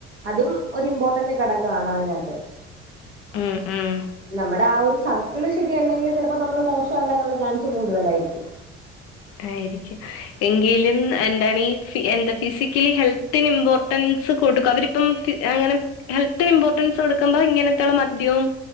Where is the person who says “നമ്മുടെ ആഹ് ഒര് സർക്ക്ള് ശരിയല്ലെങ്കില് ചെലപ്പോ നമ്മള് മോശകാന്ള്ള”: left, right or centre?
Right